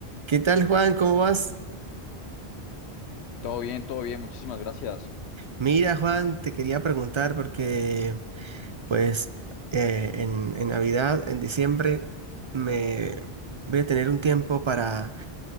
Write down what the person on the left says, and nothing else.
Todo bien, todo bien, muchísimas gracias.